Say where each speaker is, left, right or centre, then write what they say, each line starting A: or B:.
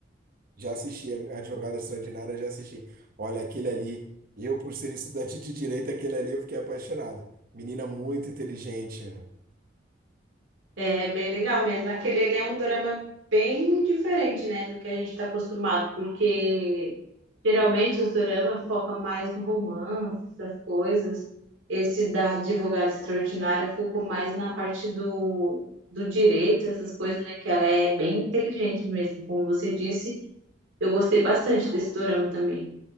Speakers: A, on the right; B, on the right.
A: Já assisti. A Advogada Extraordinária, já assisti. Olha, aquele ali. Eu, por ser estudante de direito, aquele ali eu fiquei apaixonado. Menina muito inteligente.
B: É bem legal mesmo. Aquele ele é um drama bem diferente, né, do que a gente está acostumado, porque geralmente os doramas focam mais no romance, essas coisas. Esse da advogada extraordinária focou mais na parte do, do direito, essas coisas, né, que ela é bem inteligente mesmo, como você disse. Eu gostei bastante desse dorama também.